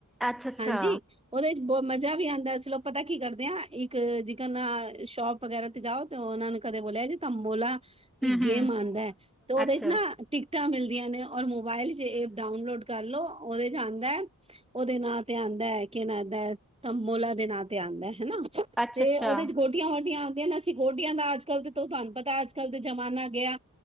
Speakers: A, in the centre; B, on the right.
A: ਅੱਛਾ ਅੱਛਾ
B: ਹਾਂਜੀ ਉਦੇ 'ਚ ਬ ਮਜ਼ਾ ਵੀ ਆਂਦਾ। ਚਲੋ ਪਤਾ ਕੀ ਕਰਦੇ ਆ ਇੱਕ ਜਿਕਰ ਨਾ ਸ਼ੋਪ ਵਗੈਰਾ ਤੇ ਜਾਓ ਤੇ ਉਨਾਂ ਨੂੰ ਕਦੇ ਬੋਲਿਆ ਜੀ ਤੰਬੋਲਾ
A: ਹਮ
B: ਇੱਕ
A: ਹਮ
B: ਗੇਮ ਆਂਦਾ ਤੇ ਉਦੇ
A: ਅੱਛਾ
B: 'ਚ ਨਾ ਟਿਕਟਾਂ ਮਿਲਦੀਆਂ ਨੇ ਔਰ ਮੋਬਾਇਲ 'ਚ ਐਪ ਡਾਊਨਲੋਡ ਕਰ ਲੋ ਉਦੇ ਚ ਆਂਦਾ। ਉਦੇ ਨਾਂ ਤੇ ਆਂਦਾ ਹੈ ਕਿ ਨਾ ਤੰਬੋਲਾ ਦੇ ਨਾਂ ਤੇ ਆਂਦਾ ਹੈਨਾ।
A: ਅੱਛਾ
B: ਤੇ
A: ਅੱਛਾ
B: ਉਦੇ 'ਚ ਗੋਟੀਆਂ ਵੋਟੀਆਂ ਆਂਦੀਆਂ ਨੇ। ਗੋਟੀਆਂ ਦਾ ਅੱਜ ਕੱਲ ਤੇ ਤੁਹਾਨੂੰ ਪਤਾ ਅੱਜ ਕੱਲ ਤੇ ਜ਼ਮਾਨਾ ਗਿਆ।